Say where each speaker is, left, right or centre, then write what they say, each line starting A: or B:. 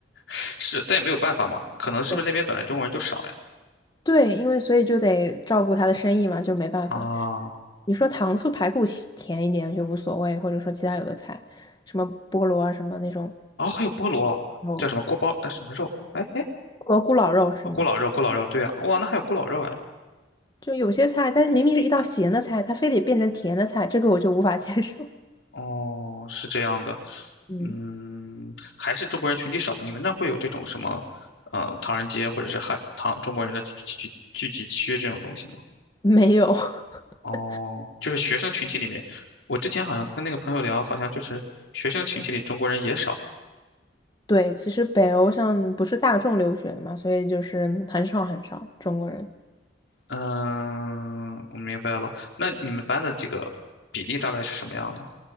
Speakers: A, on the left; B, on the left.
A: 是，但也没有办法嘛，可能是不是那边本来中国人就少呀？
B: 对对，因为所以就得照顾他的生意嘛，就没办法。
A: 啊，
B: 你说糖醋排骨喜甜一点就无所谓，或者说其他有的菜，什么菠萝啊，什么那种
A: 哦，还有菠萝，
B: 肉，
A: 叫什么锅包哎什么肉？哎哎，
B: 蘑菇老肉是吗？
A: 哦，咕老肉，咕老肉，对啊，哇，那还有咕老肉哎。
B: 就有些菜，它明明是一道咸的菜，它非得变成甜的菜，这个我就无法 <laughs> 接受。
A: 哦，是这样的。
B: 嗯，
A: 嗯，还是中国人群体少吧你们那会有这种什么，呃，唐人街或者是汉唐中国人的聚聚聚集区这种东西吗？
B: <laughs> 没有。<laughs>
A: 哦，就是学生群体里面，我之前好像跟那个朋友聊，好像就是学生群体里中国人也少。
B: 对，其实北欧像不是大众留学的嘛，所以就是很少很少中国人。
A: 嗯，我明白了。那你们班的这个比例大概是什么样的？